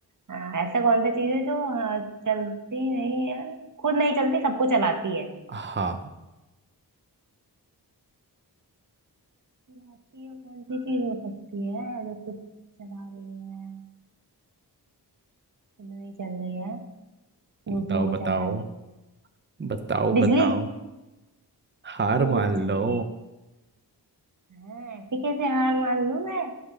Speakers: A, on the right; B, on the right.
A: हाँ, ऐसा कौन सा चीज है जो हाँ, चलती नहीं है खुद नहीं चलती सबको चलाती है
B: हाँ
A: चलाती है कौन सी चीज हो सकती है जो खुद चला रही है खुद नहीं चल रही है दूसरों
B: बताओ
A: को
B: बताओ
A: चला रही है
B: बताओ बताओ
A: बिजली
B: हार
A: ये वो
B: मान
A: तो चलती
B: लो
A: है हाँ, ऐसे कैसे हार मान लूं मैं